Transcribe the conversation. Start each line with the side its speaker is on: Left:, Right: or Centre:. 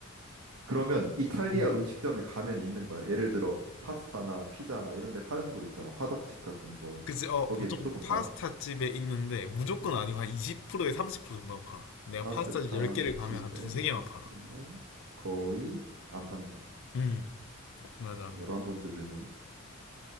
Right: 그러면 이탈리아
Left: 음.
Right: 음식점에 가면 있는 거야. 예를 들어 파스타나 피자나 이런 데 파는 거 있잖아. 화덕집 같은 거.
Left: 그치, 어,
Right: 거기에
Left: 보통
Right: 무조건 팔아?
Left: 파스타 집에 있는데 무조건 아니고 한 20%에 30% 정도만 팔아. 내가
Right: 파스타
Left: 파스타 집 10개를
Right: 집에
Left: 가면 한 두세 개만
Right: 있지만
Left: 팔아.
Right: 거의 안 판다.
Left: 음, 맞아.
Right: 자, 열한 번째 질문.